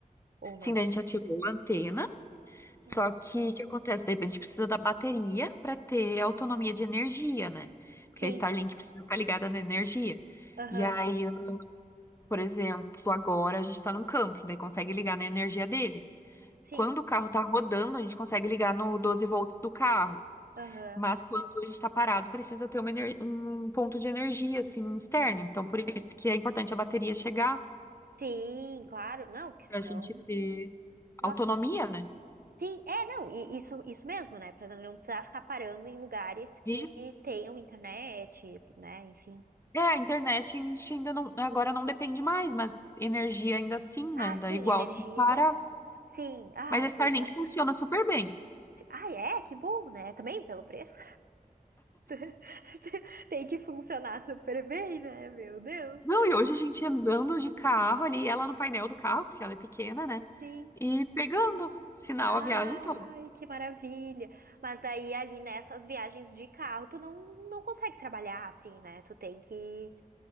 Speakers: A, on the right; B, on the left.
A: Ou não?
B: Sim, daí a gente ativou a antena, só
A: Uhum.
B: que o que acontece? Daí a gente precisa da bateria para ter autonomia de energia, né? Porque
A: Sim,
B: a Starlink precisa estar ligada na energia.
A: aham,
B: E aí, eu, por exemplo, agora a gente está num camping, daí consegue ligar na energia deles.
A: sim,
B: Quando o carro tá rodando, a gente consegue ligar no 12 volts do carro.
A: aham.
B: Mas quando a gente está parado, precisa ter uma ener- um ponto de energia assim externo. Então, por isso que é importante a bateria chegar
A: Sim, claro, não, porque senão.
B: para a gente ter
A: Nossa.
B: autonomia, né?
A: Sim, é, não, e isso, isso mesmo, né? Pra não precisar ficar parando em lugares que
B: E
A: tenham internet, né? Enfim.
B: é, a internet a gente ainda não, agora não depende mais, mas energia ainda assim,
A: Ah,
B: né? Dá
A: sim,
B: igual
A: energia,
B: tem que parar.
A: é. Sim, ai,
B: Mas a Starlink
A: pois é.
B: funciona super bem.
A: Ai, é, que bom, né? Também pelo preço. <laughs> Tem que funcionar super bem, né? Meu Deus.
B: Não, e hoje a gente andando de carro ali, ela no painel do carro, porque ela é pequena, né?
A: Sim.
B: E pegando sinal
A: Ai,
B: a viagem toda.
A: que maravilha! Mas daí ali nessas viagens de carro, tu não, não consegue trabalhar assim, né? Tu tem que.